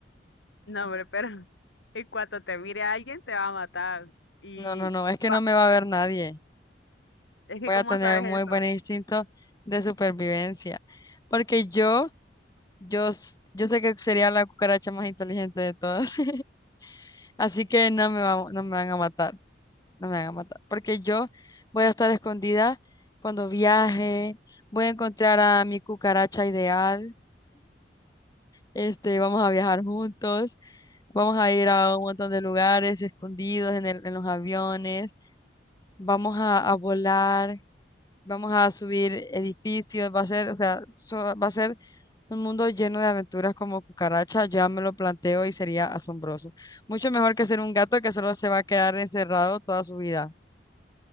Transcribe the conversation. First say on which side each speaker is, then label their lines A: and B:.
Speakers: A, on the left (about 85°); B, on the left (about 20°).
A: No, hombre, pero <laughs> en cuanto te mire alguien te va a matar. Y
B: No, no, no, es que
A: va,
B: no me va a ver nadie.
A: es que
B: Voy
A: ¿cómo
B: a tener
A: sabes
B: muy
A: eso?
B: buen instinto de supervivencia. Porque yo, yo, s- yo sé que sería la cucaracha más inteligente de todas. <laughs> Así que no me va- no me van a matar. no me hagan matar, porque yo voy a estar escondida cuando viaje, voy a encontrar a mi cucaracha ideal, este, vamos a viajar juntos, vamos a ir a un montón de lugares escondidos en el- en los aviones, vamos a, a volar, vamos a subir edificios, va a ser, o sea, so- va a ser un mundo lleno de aventuras como cucaracha, ya me lo planteo y sería asombroso. Mucho mejor que ser un gato que solo se va a quedar encerrado toda su vida.